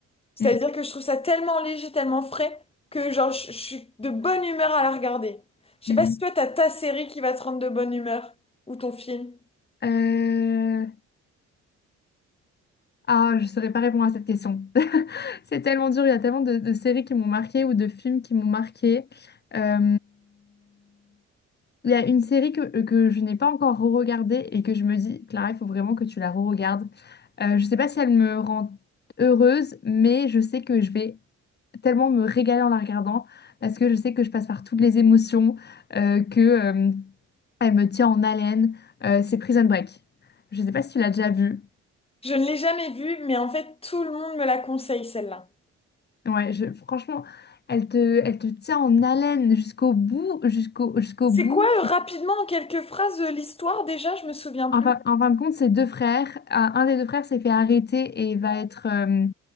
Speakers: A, on the left; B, on the left.
A: C'est-à-dire
B: mm,
A: que je trouve ça tellement léger, tellement frais, que genre, je, je suis de bonne humeur à la regarder. Je sais
B: mm.
A: pas si toi, t'as ta série qui va te rendre de bonne humeur, ou ton film.
B: Euh, Ah, je ne saurais pas répondre à cette question. <laughs> C'est tellement dur. Il y a tellement de, de séries qui m'ont marqué ou de films qui m'ont marqué. Euh, Il y a une série que, que je n'ai pas encore re-regardée et que je me dis, Clara, il faut vraiment que tu la re-regardes. Euh, je sais pas si elle me rend heureuse, mais je sais que je vais tellement me régaler en la regardant parce que je sais que je passe par toutes les émotions, euh, que, euh, elle me tient en haleine. Euh, c'est Prison Break. Je sais pas si tu l'as déjà vue.
A: Je ne l'ai jamais vue, mais en fait, tout le monde me la conseille, celle-là.
B: Ouais, je- franchement, elle te, elle te tient en haleine jusqu'au bout, jusqu'au jusqu'au
A: C'est
B: bout.
A: quoi, euh, rapidement, en quelques phrases, euh, l'histoire déjà? Je me souviens plus.
B: En fin, en fin de compte, c'est deux frères. Un, un des deux frères s'est fait arrêter et va être euh,